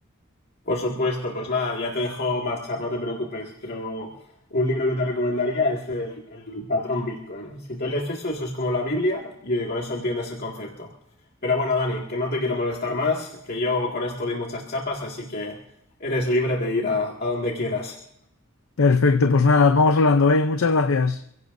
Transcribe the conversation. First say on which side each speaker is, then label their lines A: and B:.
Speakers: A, on the left; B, on the left.
A: Por supuesto, pues nada, ya te dejo marchar, no te preocupes, pero un libro que te recomendaría es el, el patrón Bitcoin. Si te lees eso, eso es como la Biblia y con eso entiendes el concepto. Pero bueno, Dani, que no te quiero molestar más, que yo con esto doy muchas chapas, así que eres libre de ir a, a donde quieras.
B: Perfecto, pues nada, vamos hablando, ¿eh? Muchas gracias.